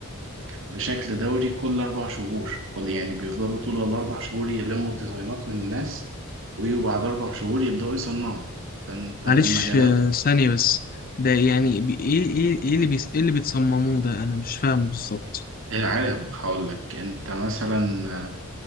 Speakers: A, on the right; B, on the left.
A: بشكل دوري كل أربع شهور كل يعني بيفضلوا طول الأربع شهور يلموا الديزاينات من الناس ويجوا بعد أربع شهور يبدأوا يصنعوا فأنت
B: معلش
A: المجالات
B: آه ثانيه بس ده يعني بي- ايه ايه ايه اللي بيس... ايه اللي بتصمموه ده انا مش فاهمه بالظبط
A: إيه، عارف هقول لك أنت مثلا آه،